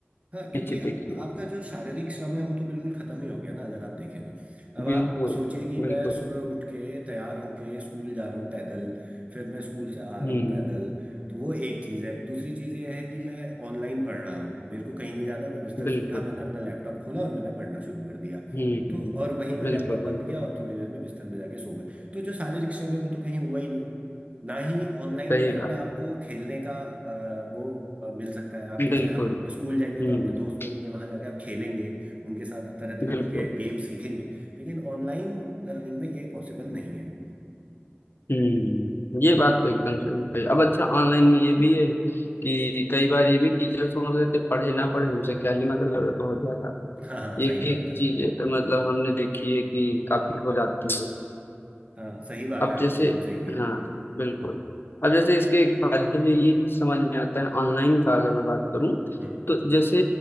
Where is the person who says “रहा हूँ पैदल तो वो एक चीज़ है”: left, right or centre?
Right